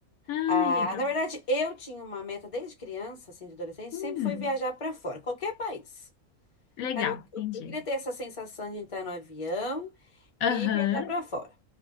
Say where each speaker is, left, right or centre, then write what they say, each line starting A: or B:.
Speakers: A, on the left; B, on the left.
A: ai,
B: Ah,
A: legal.
B: na verdade, eu tinha uma meta desde criança, assim, de adolescente,
A: Hum,
B: sempre foi viajar para fora, qualquer país.
A: legal,
B: Sabe, Eu, eu-
A: entendi.
B: eu queria ter essa sensação de entrar no avião
A: Aham.
B: e viajar para fora.